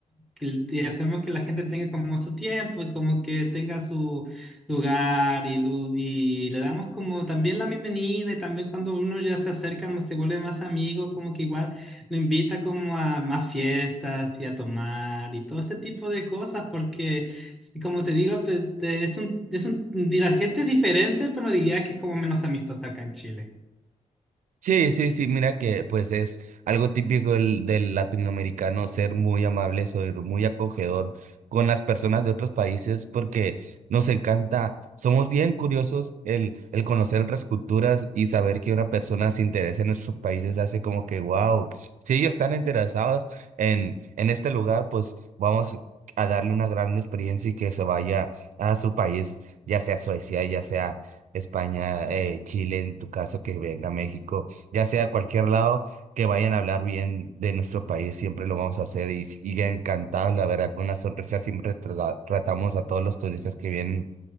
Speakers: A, in the centre; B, on the right.
A: y hacemos que la gente tenga como su tiempo y como que tenga su lugar y, lu- y le damos como también la bienvenida y también cuando uno ya se acerca, más- se vuelve más amigo, como que igual lo invita como a más fiestas y a tomar y todo ese tipo de cosas porque, sí, como te digo, pues, te- es un, es un, la gente es diferente, pero diría que es como menos amistosa acá en Chile.
B: Sí, sí, sí, mira que pues es algo típico del, del latinoamericano ser muy amable, ser muy acogedor con las personas de otros países porque nos encanta, somos bien curiosos el, el conocer otras culturas y saber que una persona se interesa en nuestros países hace como que, wow, si ellos están interesados en, en este lugar, pues vamos a darle una gran experiencia y que se vaya a su país, ya sea Suecia, ya sea... España, eh, Chile, en tu caso, que venga a México ya sea a cualquier lado, que vayan a hablar bien de nuestro país, siempre lo vamos a hacer y, y ya encantados, la verdad, con una sonrisa siempre tra- tratamos a todos los turistas que vienen